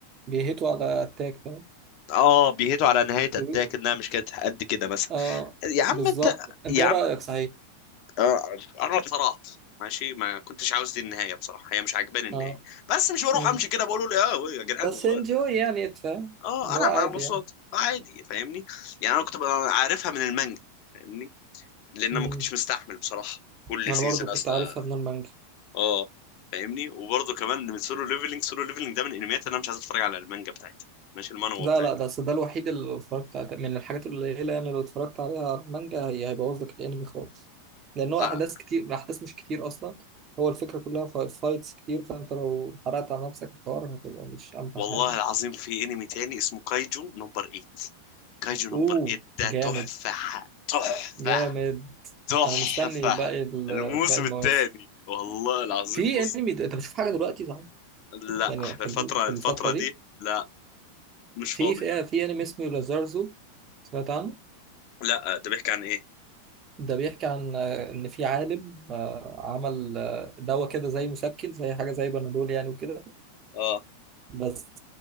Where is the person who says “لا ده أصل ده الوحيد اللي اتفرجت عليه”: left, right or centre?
Right